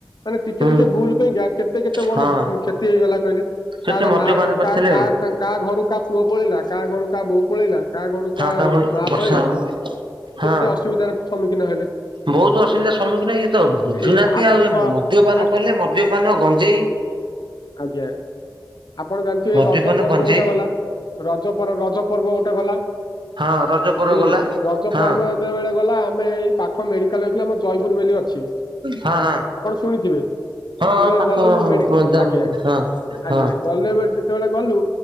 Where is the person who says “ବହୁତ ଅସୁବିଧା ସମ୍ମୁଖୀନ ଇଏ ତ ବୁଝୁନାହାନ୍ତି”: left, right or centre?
Right